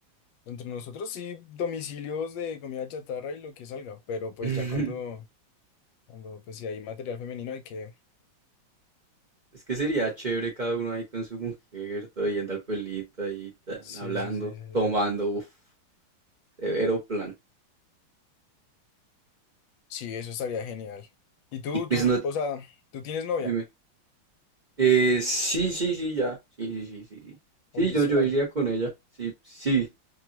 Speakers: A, on the left; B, on the right.
A: Entre nosotros sí, domicilios de comida chatarra y lo que salga. Pero pues
B: <laughs>
A: ya cuando, cuando pues si hay material femenino hay que...
B: Es que sería chévere cada uno ahí con su mujer, todo yendo al pueblito ahí, tan,
A: Sí,
B: hablando,
A: sí, sí, sí. sí.
B: tomando, uff, severo plan.
A: Sí, eso estaría genial. Y tú,
B: Y pues
A: tú,
B: no,
A: o sea, tú tienes novia
B: dime. Eh, sí, sí, sí, ya. Sí, sí, sí, sí, sí. Sí,
A: oficial.
B: yo, yo iría con ella. Sí, sí.